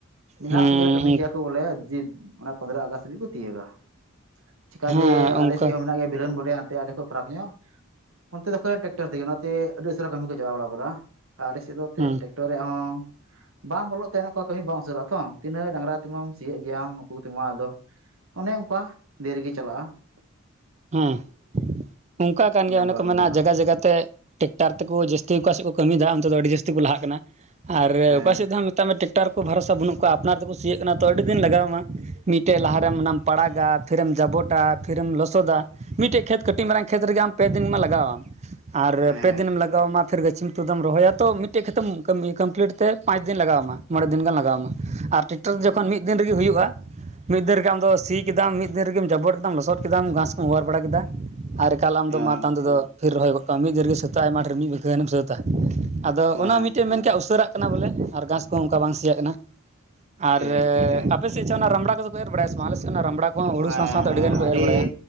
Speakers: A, on the right; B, on the right.
A: ᱢᱮᱱᱟᱜ
B: ᱦᱮᱸ
A: ᱠᱚᱜᱮᱭᱟ ᱠᱟᱹᱢᱤ ᱜᱮᱭᱟ ᱠᱚ ᱵᱚᱞᱮ ᱡᱮᱚᱱᱮ ᱯᱚᱸᱫᱽᱨᱚ ᱟᱜᱚᱥᱴ ᱦᱟᱹᱵᱤᱡ ᱠᱚ ᱛᱤᱭᱳᱜᱟ ᱾ ᱪᱮᱠᱟᱹ
B: ᱦᱮᱸ
A: ᱡᱮ ᱟᱞᱮᱥᱮᱫ
B: ᱚᱱᱠᱟ
A: ᱦᱚᱸ ᱢᱮᱱᱟᱜ ᱜᱮᱭᱟ ᱵᱤᱞᱚᱱ ᱵᱚᱞᱮᱭᱟ ᱾ ᱟᱞᱮ ᱠᱷᱚᱡ ᱯᱷᱟᱨᱟᱠ ᱧᱚᱜ ᱚᱱᱛᱮ ᱫᱚ ᱠᱷ ᱴᱨᱟᱠᱴᱟᱨ ᱛᱮᱜᱮ ᱱᱚᱛᱮ ᱟᱹᱰᱤ ᱩᱥᱟᱨᱟ ᱠᱟᱹᱢᱤ ᱠᱚ ᱪᱟᱵᱟ ᱵᱟᱲᱟ ᱟᱠᱟᱫᱟ ᱾ ᱟᱞᱮᱥᱮᱫ ᱫᱚ ᱮᱱᱛᱮᱫ
B: ᱦᱮᱸ
A: ᱴᱮᱠᱴᱚᱨ ᱨᱮᱭᱟᱜ ᱦᱚᱸ ᱵᱟᱝ ᱵᱚᱞᱚᱜ ᱛᱟᱦᱮᱱᱠᱟ ᱠᱟᱹᱢᱤ ᱵᱟᱝᱢ ᱩᱪᱩᱨᱚᱜᱼᱟ ᱛᱚ ᱛᱤᱱᱟᱹᱜ ᱰᱟᱝᱨᱟ ᱛᱮᱢᱟᱢ ᱥᱤᱭᱳᱜ ᱜᱮᱭᱟᱢ ᱱᱩᱠᱩ ᱠᱚ ᱛᱮᱢ ᱟᱫᱚ ᱚᱱᱮ ᱚᱱᱠᱟ ᱫᱨᱤᱜᱮ ᱪᱟᱞᱟᱜᱼᱟ ᱾
B: ᱦᱮᱸ ᱚᱱᱠᱟ ᱠᱟᱱ ᱜᱮᱭᱟ ᱚᱱᱮ
A: ᱚᱱᱠᱟ
B: ᱠᱚ ᱢᱮ
A: ᱜᱮ ᱢᱮᱱᱟᱜᱼᱟ
B: ᱡᱟᱭᱜᱟ ᱡᱟᱭᱜᱟᱛᱮ ᱴᱮᱠᱴᱟᱨ ᱛᱮᱠᱚ ᱡᱟᱹᱥᱛᱤ ᱚᱠᱟ ᱥᱮᱫ ᱠᱚ ᱠᱟᱹᱢᱤᱭᱮᱫᱟ ᱚᱱᱛᱮ ᱫᱚ ᱟᱹᱰᱤ ᱡᱟᱹᱥᱛᱤ ᱠᱚ ᱞᱟᱦᱟᱜ ᱠᱟᱱᱟ ᱾ ᱟᱨ
A: ᱦᱮᱸ
B: ᱚᱠᱟ ᱥᱮᱫ ᱫᱚᱦ ᱢᱮᱛᱟᱜ ᱢᱮ ᱴᱮᱠᱴᱟᱨ ᱠᱚ ᱵᱷᱚᱨᱥᱟ ᱵᱟᱹᱱᱩᱜ ᱠᱚᱣᱟ ᱟᱯᱱᱟᱨ ᱨᱮ ᱫᱚᱠᱚ ᱠᱩᱥᱤᱭᱟᱹᱜ ᱠᱟᱱᱟ ᱛᱚ ᱟᱹᱰᱤ ᱫᱤᱱ ᱞᱟᱜᱟᱣᱟᱢᱟ ᱢᱤᱫᱴᱮᱡ ᱞᱟᱦᱟᱨᱮᱢ ᱚᱱᱟᱢ ᱯᱟᱲᱟᱜᱟ ᱯᱷᱤᱨᱮᱢ ᱡᱟᱵᱚᱴᱟ ᱯᱷᱤᱨᱮᱢ ᱞᱚᱥ ᱥᱚᱫᱟ ᱢᱤᱫᱴᱮᱱ ᱠᱷᱮᱛ ᱠᱟᱹᱴᱤᱡ ᱢᱟᱨᱟᱝ ᱠᱷᱮᱛ ᱨᱮᱜᱮ ᱟᱢ ᱯᱮ ᱫᱤᱱᱢᱟ ᱞᱟᱜᱟᱣᱟᱢ ᱟᱨ
A: ᱦᱮᱸ ᱦᱮᱸ
B: ᱯᱮ ᱫᱤᱱᱮᱢ ᱞᱟᱜᱟᱣᱟ ᱾ ᱞᱟᱜᱟᱣᱟᱢᱟ ᱯᱷᱤᱨ ᱜᱟᱹᱪᱷᱤᱩᱛᱩ ᱫᱚᱢ ᱨᱚᱦᱚᱭᱟ ᱛᱚ ᱢᱤᱫᱴᱮᱡ ᱠᱷᱮᱛᱢ ᱠᱚᱢᱯᱞᱤᱴ ᱛᱮ ᱯᱟᱸᱪ ᱫᱤᱱ ᱞᱟᱜᱟᱣᱟᱢᱟ ᱢᱚᱬᱮ ᱫᱤᱱ ᱜᱟᱱ ᱞᱟᱜᱟᱣ ᱟᱢᱟ ᱟᱨ ᱴᱠᱴᱟᱨ
A: ᱦᱩᱸ
B: ᱡᱚᱠᱷᱚᱱ ᱢᱤᱫ ᱫᱤᱱ ᱨᱮᱜᱮ ᱦᱩᱭᱩᱜᱼᱟ ᱾ ᱢᱤᱫ ᱫᱤᱱ ᱨᱮᱜᱮ ᱟᱢ ᱫᱚ ᱥᱤ ᱠᱮᱫᱟᱢ ᱢᱤᱫ ᱫᱤᱱ ᱨᱮᱜᱮᱢ ᱡᱟᱵᱚᱨ ᱠᱮᱫᱟᱢ ᱞᱚᱥᱚᱫ ᱠᱮᱫᱟᱢ ᱜᱟᱥ ᱚᱣᱟᱨ ᱵᱟᱲᱟ ᱠᱮᱫᱟ ᱟᱨ ᱮᱠᱟᱞ ᱟᱢ
A: ᱦᱮᱸ
B: ᱫᱚ ᱢᱟᱛ ᱛᱟᱢ ᱛᱮᱫ ᱯᱷᱤᱨ ᱨᱚᱦᱚᱭ ᱜᱚᱫ ᱠᱟᱜ ᱢᱮ ᱢᱤᱫ ᱫᱷ ᱨᱮ ᱜᱮ ᱥᱟᱹᱛᱟᱹᱜᱼᱟ ᱟᱭᱢᱟ ᱰᱷᱮᱨ ᱢᱤᱫ ᱵᱤᱜᱷᱟᱹ ᱜᱟᱱ ᱮᱢ ᱥᱟ. ᱛ ᱾ ᱟᱫᱚ
A: ᱦᱮᱸ
B: ᱚᱱᱟ ᱢᱤᱫᱴᱮᱡ ᱢᱮᱱ ᱠᱮᱫᱟ ᱩᱥᱟᱹᱨᱟᱜ ᱠᱟᱱᱟ ᱵᱚᱞᱮ ᱟᱨ ᱜᱷᱟᱸᱥ ᱠᱚᱦᱚᱸ ᱚᱱᱠᱟ ᱵᱟᱝ ᱥᱤᱭᱟᱜ ᱠᱟᱱᱟ ᱾ ᱟᱨ
A: ᱴᱷᱤᱠ ᱴᱷᱤᱠ ᱦᱮᱸ
B: ᱟᱯᱮ ᱥᱮᱫ ᱪᱮ ᱚᱱᱟ ᱨᱟᱢᱲᱟ ᱠᱚᱫᱚ ᱠᱚ ᱮᱨ ᱵᱟᱲᱟᱭᱟ ᱥᱮ ᱵᱟᱝ ᱟᱞᱮ ᱥᱮᱫ ᱚᱱᱟ ᱨᱟᱢᱲᱟ ᱠᱚ ᱠᱚᱦᱚᱸ ᱦᱩᱲᱩ
A: ᱦᱮᱸ
B: ᱥᱟᱶ ᱥᱟᱶᱛᱮ ᱟᱹᱰᱤᱜᱟᱱ
A: ᱟᱹᱰᱤ
B: ᱮᱨ ᱵᱟᱲᱟᱭᱟ